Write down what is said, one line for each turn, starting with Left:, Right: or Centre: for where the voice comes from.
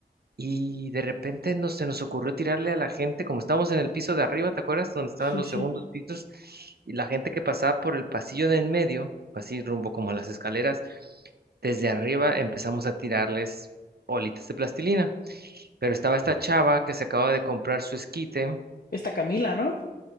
Right: y de repente nos, se nos ocurrió tirarle a la gente, como estábamos en el piso de arriba, ¿te acuerdas? Donde estaban
Left: sí,
Right: los
Left: sí.
Right: segundos pisos y la gente que pasaba por el pasillo de en medio, así rumbo como a las escaleras, desde arriba empezamos a tirarles bolitas de plastilina. Pero estaba esta chava que se acaba de comprar su esquite.
Left: Esta Camila, ¿no?